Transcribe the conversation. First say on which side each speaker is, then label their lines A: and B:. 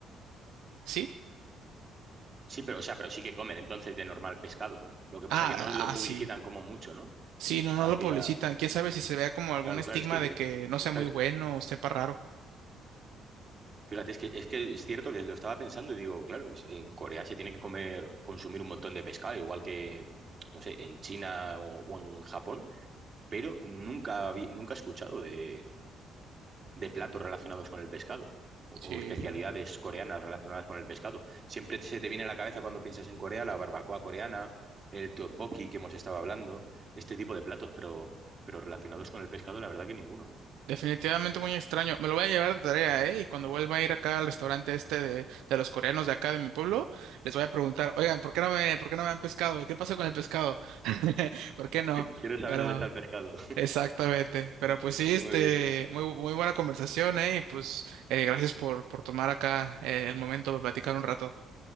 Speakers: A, on the right; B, on the right.
A: ¿Sí?
B: sí, pero, o sea, pero sí que comen entonces de normal pescado, ¿no? Lo que pasa
A: Ah,
B: que no lo
A: ah,
B: publicitan
A: sí.
B: como mucho, ¿no?
A: Sí, no, no
B: Hacia,
A: lo publicitan. Quién sabe si se vea como algún
B: claro,
A: estigma
B: claro, es que,
A: de
B: yo-
A: que
B: es-
A: no sea
B: claro,
A: muy bueno
B: es-
A: o sepa raro.
B: fíjate, es que, es que es cierto que lo estaba pensando y digo, claro, es- en Corea se tiene que comer, consumir un montón de pescado, igual que, no sé, en China o, o en Japón, pero nunca, habí- nunca he escuchado de, de platos relacionados con el pescado o,
A: Sí,
B: o especialidades coreanas relacionadas con el pescado. Siempre se te viene a la cabeza cuando piensas en Corea la barbacoa coreana, el tteokbokki que hemos estado hablando, este tipo de platos, pero, pero relacionados con el pescado, la verdad que ninguno.
A: definitivamente muy extraño. Me lo voy a llevar de tarea, ¿eh? Y cuando vuelva a ir acá al restaurante este de, de los coreanos de acá de mi pueblo, les voy a preguntar, oigan, ¿por qué no me, por qué no me han pescado? ¿Qué pasó con el pescado? <laughs> ¿Por qué no?
B: Quiero saber
A: Pero,
B: dónde está el pescado.
A: exactamente. Pero
B: <laughs>
A: pues sí,
B: Muy
A: este,
B: bien.
A: muy, muy buena conversación, ¿eh? Y pues, eh, gracias por, por tomar acá, eh, el momento para platicar un rato.